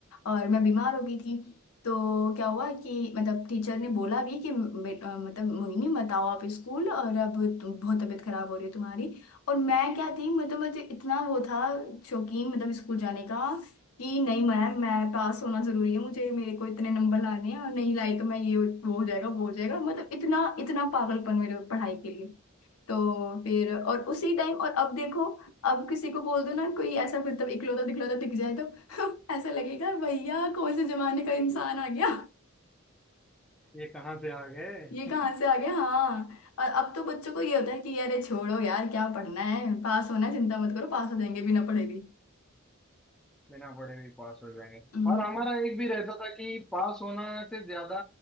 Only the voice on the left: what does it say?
और मैं बीमार हो गई थी तो क्या हुआ कि मतलब टीचर ने बोला भी कि बे- अ, मतलब मोहिनी मत आओ आप स्कूल और अब तुम- बहुत तबीयत खराब हो रही है तुम्हारी और मैं क्या थी मतलब मुझे इतना वो था शौकीन मतलब स्कूल जाने का कि नहीं मैम मैं पास होना जरूरी है मुझे मेरे को इतने नंबर लाने हैं और नहीं लाई तो मैं ये वो हो जाएगा वो हो जाएगा मतलब इतना इतना पागलपन मेरे पढ़ाई के लिए तो फिर और उसी टाइम और अब देखो अब किसी को बोल दो ना कोई ऐसा मतलब इकलौता दिखलौता दिख जाए तो <laughs> ऐसा लगेगा भैया कौन से जमाने का इंसान आ गया
ये कहाँ से आ गया हाँ और अब तो बच्चों को ये होता है कि अरे छोड़ो यार क्या पढ़ना है पास होना है चिंता मत करो पास हो जाएंगे बिना पढ़े भी
हम्म